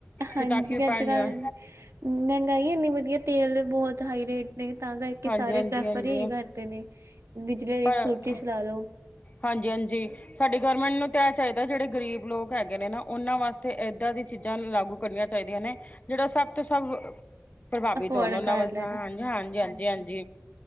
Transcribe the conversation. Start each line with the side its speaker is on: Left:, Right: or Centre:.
Right: ਹਾਂਜੀ
Left: ਪਤਾਖੀ
Right: ਅੱਜ
Left: ਪਡ ਦੇਆਂ।
Right: <inaudible> ਮਹਿੰਗਾਈ ਇੰਨੀ ਵਧੀਆ ਤੇਲ ਬਹੁਤ ਹਾਈ ਰੇਟ। ਨਹੀਂ ਤਾਂ ਕਰਕੇ
Left: ਹਾਂਜੀ
Right: ਸਾਰੇ
Left: ਹਾਂਜੀ
Right: ਪ੍ਰੈਫਰ
Left: ਹਾਂਜੀ
Right: ਹੀ ਏ ਕਰਦੇ ਨੇ ਬਿਜਲੀ ਆਲੀ
Left: ਪਰ
Right: ਫਰੂਟੀ ਚਲਾ ਲਉ।
Left: ਹਾਂਜੀ- ਹਾਂਜੀ ਸਾਡੀ ਗੌਰਮੈਂਟ ਨੂੰ ਤਾਂ ਚਾਹੀਦਾ ਜਿਹੜੇ ਗਰੀਬ ਲੋਕ ਹੈਗੇ ਨੇ ਨਾ ਉਹਨਾਂ ਵਾਸਤੇ ਇੱਦਾਂ ਦੀ ਚੀਜ਼ਾਂ ਲਾਗੂ ਕਰਨੀਆਂ ਚਾਹੀਦੀਆਂ ਨੇ ਜਿਹੜਾ ਸਭ ਤੋਂ ਸਭ ਪ੍ਰਭਾਵਿਤ
Right: ਅਫੋਰਡ
Left: ਹੋਣ ਉਹਨਾਂ
Right: ਕਰ
Left: ਵਾਸਤੇ
Right: ਲੈਣ
Left: ਆਈਆ ਹਾਂਜੀ- ਹਾਂਜੀ, ਹਾਂਜੀ- ਹਾਂਜੀ।